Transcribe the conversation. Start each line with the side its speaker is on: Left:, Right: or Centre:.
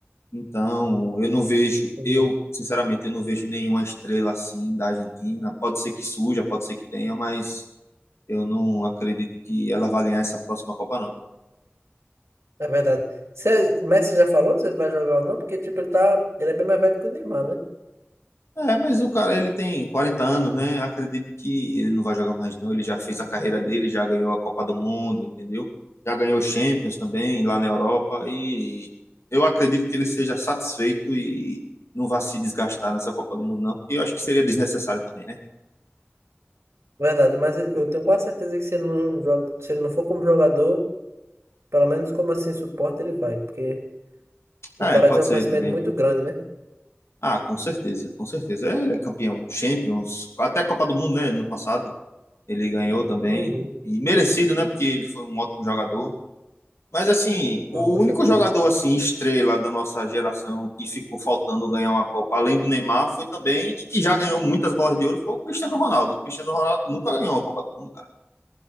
Left: Então, eu não vejo,
Right: uhum.
Left: eu, sinceramente, eu não vejo nenhuma estrela assim da Argentina. Pode ser que surja, pode ser que tenha, mas eu não acredito que ela vá ganhar essa próxima Copa não.
Right: É verdade. Se Messi já falou se ele vai jogar ou não, porque tipo, ele tá, ele é bem mais velho que o Neymar, né?
Left: É, mas o cara, ele tem 40 anos, né? Acredito que ele não vai jogar mais, não. Ele já fez a carreira dele, já ganhou a Copa do Mundo, entendeu? Já ganhou Champions também lá na Europa. E eu acredito que ele seja satisfeito e não vá se desgastar nessa Copa do Mundo, não, porque eu acho que seria desnecessário também, né?
Right: Verdade, mas eu tenho quase certeza que se ele não joga, se ele não for como jogador, pelo menos como assim suporte ele vai, porque o
Left: É,
Right: cara
Left: pode
Right: tem um
Left: ser
Right: conhecimento
Left: também.
Right: muito grande, né?
Left: Ah, com certeza, com certeza. É, ele é campeão. Champions, até Copa do Mundo, né? No passado, ele ganhou também.
Right: Uhum.
Left: E merecido, né? Porque ele foi um ótimo jogador. Mas assim, o
Right: Não, com certeza.
Left: único jogador assim estrela da nossa geração que ficou faltando ganhar uma Copa, além do Neymar, foi também e que já ganhou muitas bolas de ouro foi o Cristiano Ronaldo. O Cristiano Ronaldo nunca ganhou uma Copa do Mundo, cara.